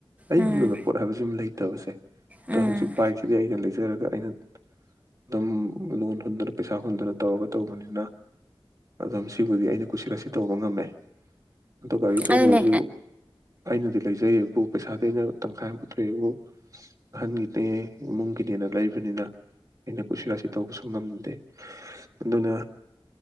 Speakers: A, on the right (about 35°); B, on the right (about 15°).
A: ꯑꯩꯒꯤ
B: ꯎꯝ
A: ꯑꯣꯏꯕ ꯄꯣꯠ ꯍꯥꯏꯕꯁꯤꯃ ꯂꯩ꯫ ꯇꯕꯁꯦ
B: ꯎꯝ
A: ꯗꫭ ꯍꯧꯖꯤꯛ ꯕꯥꯏꯛ ꯑꯩꯅ ꯂꯩꯖꯔꯒ ꯑꯩꯅ ꯑꯗꯨꯝ ꯂꯣꯟ ꯍꯨꯟꯗꯨꯅ ꯄꯩꯁꯥ ꯍꯨꯟꯗꯨꯅ ꯇꯧꯔꯒ ꯇꯧꯕꯅꯤꯅ ꯑꯗꯨꯝ ꯁꯤꯕꯨꯗꯤ ꯑꯩꯅ ꯀꯁꯤꯂꯥꯁꯤ ꯇꯧꯕ ꯉꯝꯃꯦ ꯑꯗꯣ ꯒꯥꯔꯤ ꯑꯆꯧꯕꯗꯁꯨ
B: ꯑꯗꯨꯅꯦ
A: ꯑꯩꯅꯗꯤ ꯂꯩꯖꯑꯦꯕꯨ ꯄꯩꯁꯥꯗꯤ ꯑꯩꯅ ꯇꯪꯈꯥꯏ ꯑꯃ ꯄꯨꯊꯣꯛꯑꯦꯕꯨ ꯑꯍꯟꯒꯤꯅꯦ ꯏꯃꯨꯡꯒꯤꯅꯦꯅ ꯂꯩꯕꯅꯤꯅ ꯑꯩꯅ ꯀꯨꯠꯁꯤ ꯔꯥꯁꯤ ꯇꯧꯕꯁꯨ ꯉꯝꯗꯦ ꯑꯗꯨꯅ